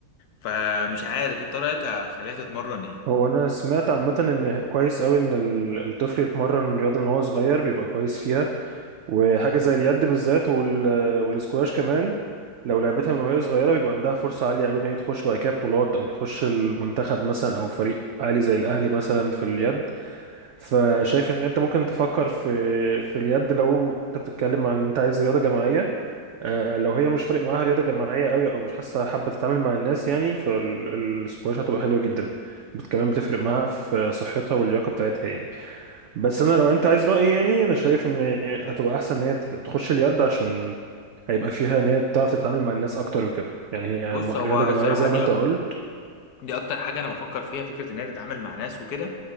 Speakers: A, on the left; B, on the right.
A: فمش عارف انت رأيك اخليها تتمرن ايه
B: هو انا سمعت عامه ان كويس قوي ان ال- الطفل يتمرن رياضه من هو صغير بيبقى كويس فيها وحاجه زي اليد بالذات وال... والاسكواش كمان لو لعبتها من وهي صغيره بيبقى عندها فرصه عاليه قوي ان هي تخش بعد كده بطولات او تخش المنتخب مثلا او فريق عالي زي الاهلي مثلا في اليد فشايف ان انت ممكن تفكر في في اليد لو انت بتتكلم عن انت عايز رياضه جماعيه آه، لو هي مش فارق معاها رياضة جماعية قوي او مش حاسة حابة تتعامل مع الناس يعني فالسكواش هتبقى حلوة جدا بت- كمان بتفرق معاها في صحتها واللياقة بتاعتها يعني بس
A: مش
B: انا لو انت عايز رأيي يعني انا شايف
A: مم.
B: ان هتبقى احسن ان هي ت- تخش اليد عشان هيبقى فيها ان هي بتعرف تتعامل مع الناس اكتر وكده يعني
A: بص
B: هي م- رياضة
A: هو
B: جماعية
A: الصراحة
B: زي
A: دي
B: ما انت
A: أك...
B: قلت
A: دي اكتر حاجه انا بفكر فيها فكره ان هي تتعامل مع ناس وكده